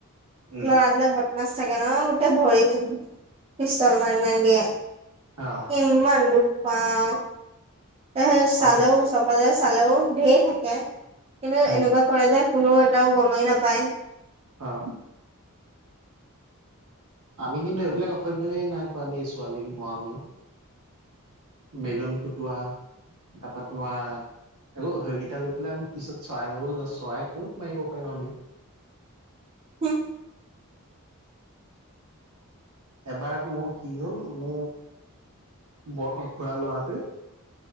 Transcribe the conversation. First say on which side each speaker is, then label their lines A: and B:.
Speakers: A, on the right (about 75°); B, on the right (about 25°).
A: উম
B: লৰাবিলাক বদমাছ থাকে নহ গোটেই ভৰিত পিষ্টল মাৰি মাৰি দিয়ে।
A: অ।
B: ইমান দুখ পাও। এহে চালেও
A: পাছত
B: চপজে চালেও ঢেৰ থাকে কিন্তু
A: উম
B: এনেকুৱা কৰে যে কোনো এটাও গমেই নাপায়।
A: অ। আমি কিন্তু এইবিলাক অশ ভাৱেই নাই কোৱা দেই ছোৱালীক মৰা মৰি। বেলুন ফুটোৱা তাৰপৰা তোমাৰ আকৌ সেইকেইটা লৈ পেলাই আমি পিছত চৰাই মাৰল ন চৰাই কত মাৰিব পাৰিম আমি।
B: উম।
A: এবাৰ মোৰ কি হ'ল মোৰ ব খুৰা লৰাটোৱে